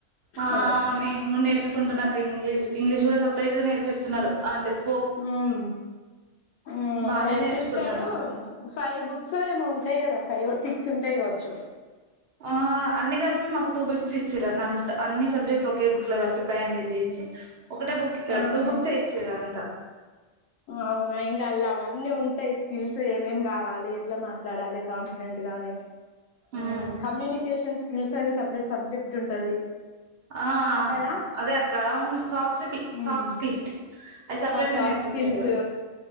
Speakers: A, on the right; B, on the left.
A: ఆ
B: మనం
A: నే నేర్చుకుంటున్నాక ఇంగ్లీష్ ఇంగ్లీష్ కూడా సపరేట్ గా నేర్పిస్తున్నారు అంటెస్
B: ఉమ్ ఉమ్
A: బానే
B: నేర్పిస్తారు
A: నేర్చుకుంటాను
B: ఫైవ్ బుక్స్ ఏమోంట టాయ్ కదా ఫైవ్ సిక్స్ ఉంటేయి కావచ్చు
A: ఆ అన్ని కలిపి మాకు టూ బిక్స్ ఇచ్చిరు అంత అన్ని సబ్జెక్ట్లు ఒకే బుక్ లో కలిపి బన్డే చేయి ఒకటే బుక్
B: ఆహా
A: టూ బుక్స్ ఏ ఇచ్చేది అంటా
B: అవునా ఇంకా అళ్ళు అవన్నీ ఉంటాయి స్కిల్స్ ఏమేం కావాలి ఎట్లా మాట్లాడాలి కాన్ఫిడెంట్ గాని ఆ
A: ఉమ్
B: కమ్యూనికేషన్ స్కిల్స్ అనే సపరేట్ సబ్జెక్ట్ ఉంటది
A: ఆ
B: కదా
A: అదే అక్క అవును సాఫ్ట్ కి
B: ఉమ్
A: సాఫ్ట్ స్కిల్స్ అది సపరేట్
B: సాఫ్ట్
A: గా నేర్పిస్తున్నారు
B: స్కిల్స్